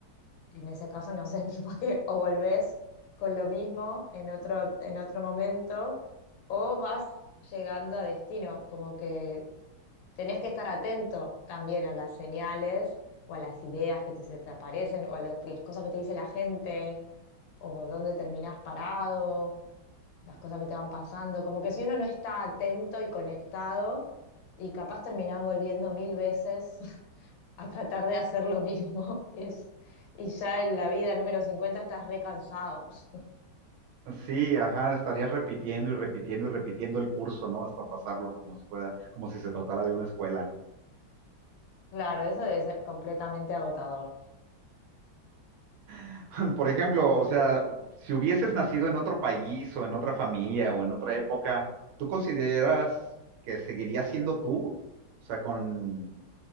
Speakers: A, on the left; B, on the right.
A: en ese caso, no sé, <laughs> capaz que o volvés con lo mismo en otro, en otro momento, o vas llegando a destino, como que tenés que estar atento también a las señales o a las ideas que te, se te aparecen o a lo que- las cosas que te dice la gente o dónde terminás parado, las cosas que te van pasando. Como que si uno no está atento y conectado y capaz terminás volviendo mil veces <laughs> a tratar de hacer lo mismo <laughs> y, es- y ya en la vida número 50 estás recansado. <laughs>
B: Sí, ajá, estarías repitiendo y repitiendo y repitiendo el curso, ¿no? Hasta pasarlo como si fuera, como si se tratara de una escuela.
A: Claro, eso debe ser completamente agotador.
B: <laughs> Por ejemplo, o sea, si hubieses nacido en otro país o en otra familia o en otra época, ¿tú consideras que seguirías siendo tú? O sea, con